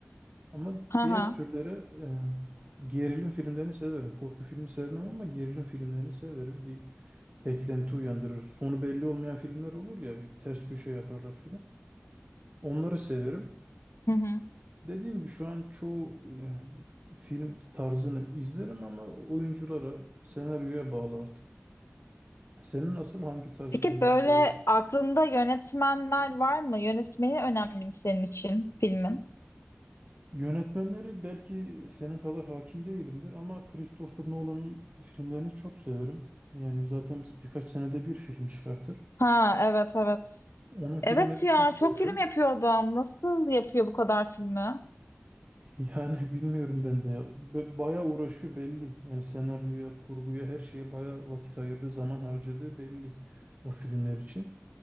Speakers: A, on the right (about 35°); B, on the left (about 80°).
A: Ama
B: Hı
A: diğer
B: hı.
A: türlere e, gerilim filmlerini severim. Korku filmi sevmem ama gerilim filmlerini severim. Bir beklenti uyandırır. Sonu belli olmayan filmler olur ya, bir ters köşe yaparlar filan. Onları severim.
B: Hı hı.
A: Dediğim gibi şu an çoğu e, film tarzını izlerim ama oyunculara, senaryoya bağlı artık. Senin nasıl hangi tarz
B: Peki
A: filmleri
B: böyle
A: seversin?
B: aklında yönetmenler var mı? Yönetmeni önemli mi senin için filmin?
A: Yönetmenleri belki senin kadar hakim değilimdir ama Christopher Nolan'ın filmlerini çok severim. Yani zaten biz birkaç senede bir film çıkartır.
B: Ha evet evet.
A: Onun filmlerini
B: Evet ya
A: çok
B: çok
A: severim.
B: film yapıyor adam. Nasıl yapıyor bu kadar filmi?
A: Yani <laughs> bilmiyorum ben de ya. Be- Bayağı uğraşıyor belli. Yani senaryoya, kurguya, her şeye bayağı vakit ayırdı, zaman harcadığı belli o filmler için.